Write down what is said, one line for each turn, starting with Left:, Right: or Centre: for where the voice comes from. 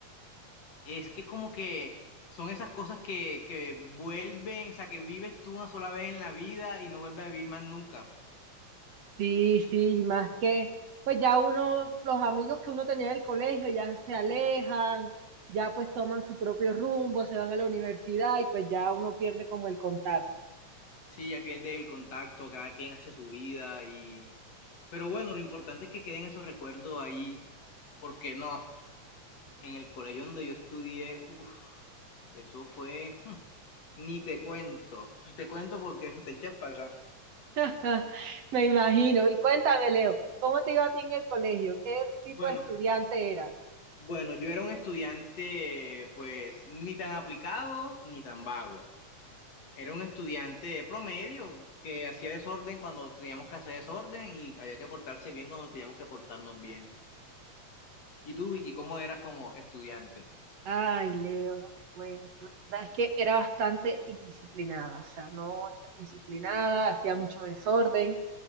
Left: Es que como que son esas cosas que, que vuelven, o sea, que vives tú una sola vez en la vida y no vuelves a vivir más nunca.
Right: Sí, sí, más que, pues ya uno, los amigos que uno tenía en el colegio ya se alejan, ya pues toman su propio rumbo, se van a la universidad y pues ya uno pierde como el contacto.
Left: Sí, ya pierdes el contacto, cada quien hace su vida y... Pero bueno, lo importante es que queden esos recuerdos ahí, porque no, en el colegio donde yo estudié, uf, eso fue... hmm, Ni te cuento, ni te cuento porque <laughs> te echas para atrás.
Right: <laughs> Me imagino. Y cuéntame, Leo, ¿cómo te iba a ti en el colegio? ¿Qué tipo
Left: Bueno.
Right: de estudiante eras?
Left: Bueno, yo era un estudiante, pues, ni tan aplicado ni tan vago. Era un estudiante promedio que hacía desorden cuando teníamos que hacer desorden y había que portarse bien cuando teníamos que portarnos bien. ¿Y tú, Vicky, cómo eras como estudiante?
Right: Ay, Leo, no te cuento. La verdad es que era bastante indisciplinada, o sea, no era disciplinada, hacía mucho desorden,